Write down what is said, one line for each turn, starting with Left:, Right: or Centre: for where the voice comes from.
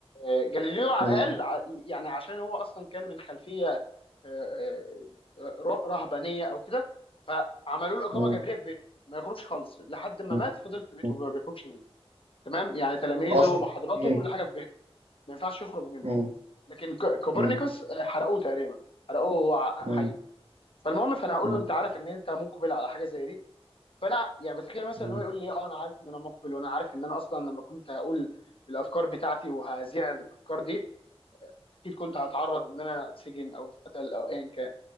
Left: آه، جاليليو على
Right: مم.
Left: الاقل ع- يعني عشان هو اصلا كان من خلفيه آه، آه، ر- رهبانيه او كده فعملوا له اقامه
Right: مم.
Left: جبريه في بيته ما يخرجش خالص لحد ما
Right: مم.
Left: مات فضل في بيته
Right: مم.
Left: ما بيخرجش منه تمام يعني تلاميذه
Right: اصل
Left: محاضراته
Right: مم.
Left: كل حاجه في بيته ما ينفعش يخرج منه
Right: مم.
Left: لكن ك- كوبرنيكوس
Right: مم.
Left: آه، حرقوه تقريبا حرقوه وهو ع-
Right: مم.
Left: حي فالمهم فانا هقول
Right: مم.
Left: له انت عارف ان انت مقبل على حاجه زي دي فانا يعني بتخيل مثلا
Right: مم.
Left: هو يقول لي اه انا عارف ان انا مقبل وانا عارف ان انا اصلا لما كنت هقول الافكار بتاعتي وهذيع الافكار دي اكيد كنت هتعرض ان انا اتسجن او اتقتل او ايا كان